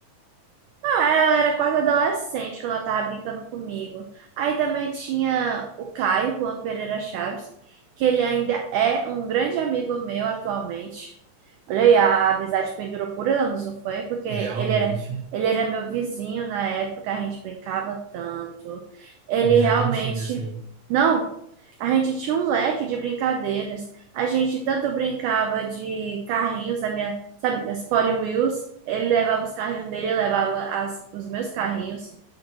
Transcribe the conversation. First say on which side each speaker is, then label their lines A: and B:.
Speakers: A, on the right; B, on the right.
A: Ah, ela era quase adolescente quando ela tava brincando comigo. Aí também tinha o Caio, Juan Pereira Chaves, que ele ainda é um grande amigo meu atualmente. Olha aí, a amizade pendurou por anos, não foi? Porque ele
B: Realmente,
A: era, ele era meu vizinho na época, a gente brincava tanto. Ele
B: amizade
A: realmente.
B: antiga essa aí.
A: Não, a gente tinha um leque de brincadeiras. A gente tanto brincava de carrinhos, a minha sabe, minhas Polly Wheels. Ele levava os carrinhos dele, eu levava as, os meus carrinhos.